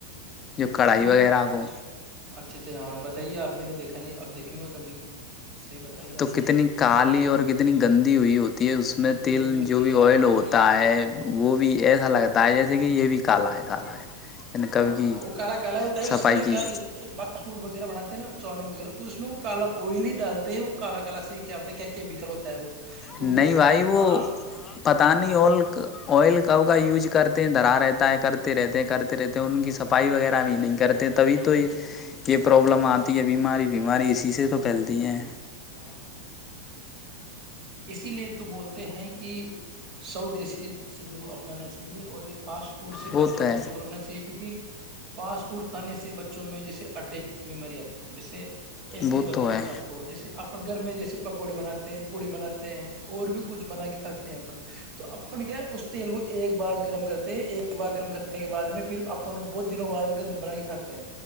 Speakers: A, on the left; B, on the right.
A: جو کڑھائی
B: نہیں
A: وغیرہ کو
B: اچھا اچھا ہاں بتائیے آپ میں نے دیکھا نہیں اب دیکھیں گا کبھی صحیح بتائیے آپ
A: تو کتنی کالی اور کتنی گندی ہوئی ہوتی ہے اس میں
B: کتنی
A: تیل
B: گندی ہوتی
A: جو بھی
B: ہے
A: آئل
B: ہاں
A: ہوتا ہے وہ بھی ایسا لگتا ہے جیسے کہ یہ بھی کالا ہے کالا ہے یعنی کبھی
B: ہاں
A: کی
B: ہاں وہ کالا کالا ہوتا ہے
A: صفائی
B: اس میںاسٹ
A: کی
B: فڈ وغیرہ بنات ہیں نا چاؤمین وغیرہ تو اس میں وہ کالا آئلی ہی ڈالتے ہیں وہ کال کالا سے کیا ہوتا ہے کیا کیمیکل ہوتا ہے وہ تو
A: نہیں
B: وہ
A: بھائی
B: اتنا
A: وہ پت نہیں اور آئل ک کا یوز کرتے ہیں دھرا رہتا ہے کرتے رہتے ہیں کرتے رہتے ہیں ان کی صفائی وغیرہ بھی نہیں کرتے تبھی تو یہ پرابلم آتی ہے بیماری بیماری اسی سے تو پھیلتی ہیں
B: ہاں اسی لیے تو بولتے ہیں کہ سعودی دیشی سے جو اپنانا چاہے سے اور ایک فاسٹ فوڈ سے
A: وہ
B: بچوں
A: تو ہے
B: کو دور رہنا چاہیے کیونک فاسٹ فوڈ کھانے سے بچوں میں جیسے اٹیک کی بیماری آتی ہے جیسے ایک چیز
A: وہ
B: بتاؤ
A: تو ہے
B: میں آپ کو جیسے اپنے گھر میں جیس پکوڑے بناتے ہیں پوڑی بناتے ہیں اور بھی کچھ بنا کے کھاتے ہیں اپن تو اپن کیا اس تیل کو ایک بار گرم کرتے تھ ایک بار گرم کر کے بعد میں پھر اپ بہت دنوں بعد کے اندر بنا کے کھاتے ہیں